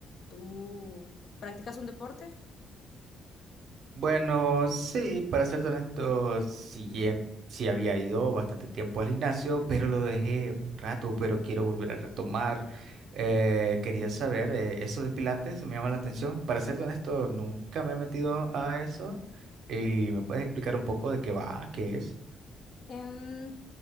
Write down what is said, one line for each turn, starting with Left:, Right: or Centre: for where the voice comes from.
Left: ¿Tú practicas un deporte?
Right: Bueno, sí, para serte honesto, sí, he- sí había ido bastante tiempo al gimnasio, pero lo dejé un rato, pero quiero volver a retomar. Eh, quería saber, eh, eso de Pilates me llama la atención. Para serte honesto, nunca me he metido a eso. ¿Y me puedes explicar un poco de qué va, qué es?
Left: Em,